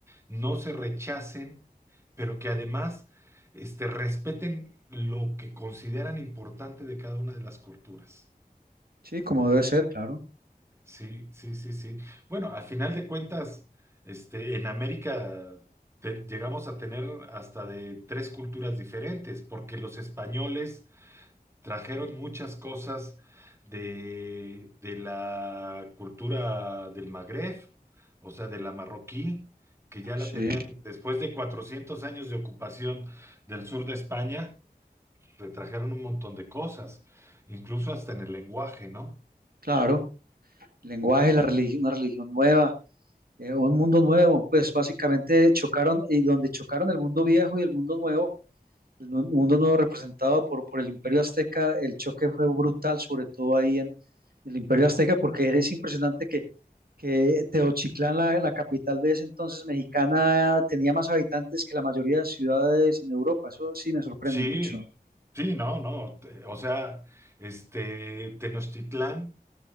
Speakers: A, on the right; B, on the right.
A: no se rechacen, pero que además este, respeten lo que consideran importante de cada una de las culturas.
B: sí, como debe ser, claro.
A: Sí, sí, sí, sí. Bueno, al final de cuentas, este, en América te- llegamos a tener hasta de tres culturas diferentes, porque los españoles trajeron muchas cosas de, de la cultura del Magreb, o sea, de la marroquí, que ya
B: Sí,
A: la tenían después de 400 años de ocupación del sur de España, Retrajeron un montón de cosas, incluso hasta en el lenguaje, ¿no?
B: claro. El lenguaje, la religión, una religión nueva. eh, un mundo nuevo, pues básicamente chocaron y donde chocaron el mundo viejo y el mundo nuevo, el nu- mundo nuevo representado por, por el Imperio Azteca, el choque fue brutal, sobre todo ahí en el Imperio Azteca, porque es impresionante que, que Teochitlán, la, la capital de ese entonces mexicana, tenía más habitantes que la mayoría de ciudades en Europa, eso sí me sorprende
A: Sí,
B: mucho.
A: sí, no, no, te- o sea, este, Tenochtitlán.